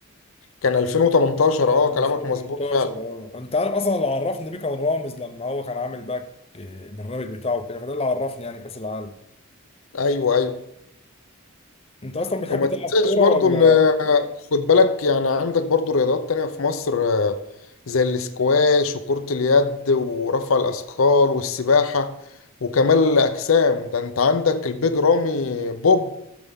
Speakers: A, on the left (about 70°); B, on the left (about 30°).
A: كان 2018 اه
B: من
A: كلامك
B: 2018
A: مظبوط فعلا
B: اه انت عارف اصلا اللي عرفني بيه كان رامز لما هو كان عامل باك آه، البرنامج بتاعه كده فده اللي عرفني يعني كاس العالم
A: ايوه ايوه
B: انت اصلا بتحب
A: وما
B: تلعب
A: تنساش
B: كوره
A: برضو
B: ولا
A: ان آه، خد بالك يعني عندك برضو رياضات تانية في مصر آه، زي الاسكواش وكرة اليد ورفع الأثقال والسباحة وكمال الأجسام ده انت عندك البيج رامي بوب